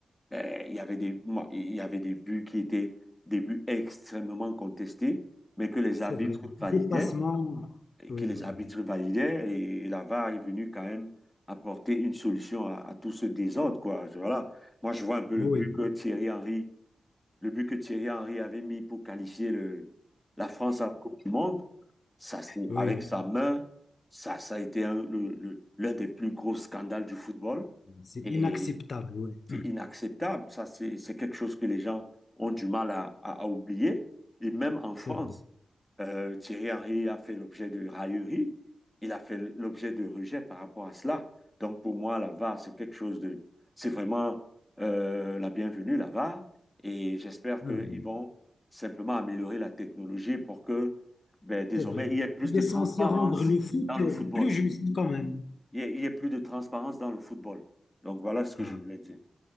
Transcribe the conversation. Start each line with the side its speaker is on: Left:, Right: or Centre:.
Centre: ben, il y avait des, il y avait des buts qui étaient des buts extrêmement contestés, mais que les
Left: c'est
Centre: arbitres
Left: vrai. Dépassement,
Centre: validaient et
Left: oui,
Centre: que les
Left: oui,
Centre: arbitres
Left: oui.
Centre: validaient et la VAR est venue quand même apporter une solution à, à tout ce désordre, quoi. Je- Voilà. Moi, je vois un peu le
Left: Oui,
Centre: but
Left: oui.
Centre: que Thierry Henry, le but que Thierry Henry avait mis pour qualifier le, la France à la Coupe du Monde. Ça, c'est
Left: Oui,
Centre: avec sa main, ça, ça a été un- le- le- l'un des plus gros scandales du football
Left: c'est
Centre: et
Left: inacceptable, oui.
Centre: c'est inacceptable. Ça, c'est, c'est quelque chose que les gens ont du mal à, à- à oublier. Et même en France,
Left: C'est vrai.
Centre: euh, Thierry Henry a fait l'objet de railleries, il a fait l'objet de rejets par rapport à cela. Donc pour moi, la VAR, c'est quelque chose de... C'est vraiment euh, la bienvenue, la VAR, et j'espère
Left: Ah
Centre: qu'ils
Left: oui,
Centre: vont simplement améliorer la technologie pour que ben, désormais,
Left: C'est vrai.
Centre: il y ait plus
Left: Il
Centre: de
Left: est censé
Centre: transparence
Left: rendre le foot
Centre: dans le football.
Left: plus juste quand même.
Centre: Il y ait, il y ait plus de transparence dans le football. Donc voilà ce que
Left: Ah.
Centre: je voulais dire.